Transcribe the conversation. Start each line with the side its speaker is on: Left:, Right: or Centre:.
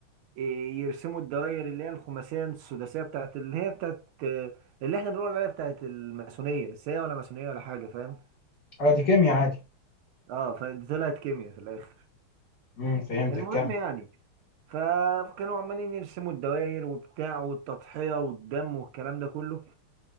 Right: إيه، يرسموا الدوائر اللي هي الخماسيه السداسيه بتاعت اللي هي بتاعت آه، اللي احنا بنقول عليها بتاعت الماسونيه بس هي ولا ماسونيه ولا حاجه فاهم
Left: اه دي كيمياء عادي
Right: اه فطلعت كيمياء في الاخر
Left: امم فهمتك
Right: المهم
Left: كمل
Right: يعني فكانوا عمالين يرسموا الدوائر وبتاع والتضحيه والدم والكلام ده كله